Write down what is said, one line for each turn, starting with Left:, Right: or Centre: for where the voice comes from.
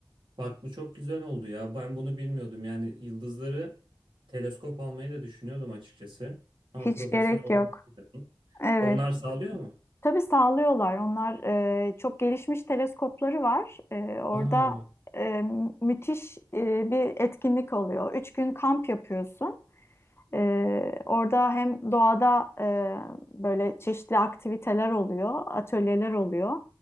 Right: Bak bu çok güzel oldu ya. Ben bunu bilmiyordum. Yani yıldızları teleskop almayı da düşünüyordum açıkçası. Ama
Left: Hiç
Right: profesyonel
Left: gerek
Right: olamıyorum.
Left: yok. Evet.
Right: Onlar sağlıyor mu?
Left: Tabii sağlıyorlar. Onlar e, çok gelişmiş teleskopları var. E, orada
Right: Aa,
Left: e, müthiş e, bir etkinlik oluyor. Üç gün kamp yapıyorsun. E, orada hem doğada e, böyle çeşitli aktiviteler oluyor, atölyeler oluyor.